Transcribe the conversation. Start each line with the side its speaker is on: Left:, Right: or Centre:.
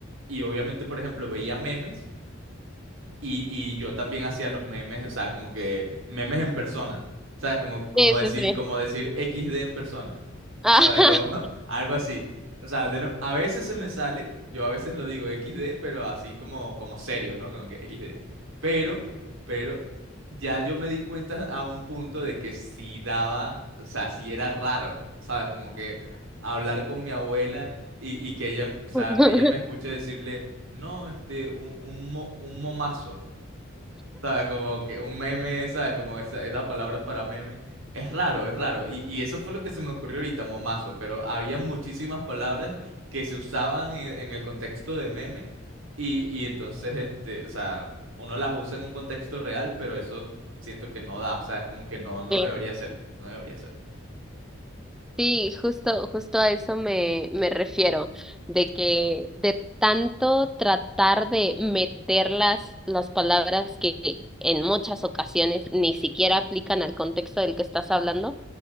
Right: y obviamente, por ejemplo, veía memes. Y, y yo también hacía los memes, o sea, como que memes en persona, ¿sabes? Como, como
Centre: Sí,
Right: decir,
Centre: sí, sí.
Right: como decir XD en persona,
Centre: Ajá.
Right: ¿sabes? Como <laughs> algo así. O sea, de no- a veces se me sale, yo a veces lo digo XD, pero así como, como serio, ¿no? Como que XD. Pero, pero ya yo me di cuenta a un punto de que sí daba, o sea, sí era raro, ¿sabes? Como que hablar con mi abuela y, y que ella, o sea,
Centre: <laughs>
Right: ella me escuche decirle, no, este, un, un, mo- un momazo. ¿Sabes? Como que un meme, ¿sabes? Como esa, esa palabra para meme. Es raro, es raro. Y, y eso fue lo que se me ocurrió ahorita, momazo. Pero había muchísimas palabras que se usaban en, en el contexto de meme. Y, y entonces, este, o sea, uno las usa en un contexto real, pero eso siento que no da. O sea, es como que no, no
Centre: Sí.
Right: debería ser. No debería ser.
Centre: Sí, justo, justo a eso me, me refiero, de que de tanto tratar de meter las, las palabras que en muchas ocasiones ni siquiera aplican al contexto del que estás hablando,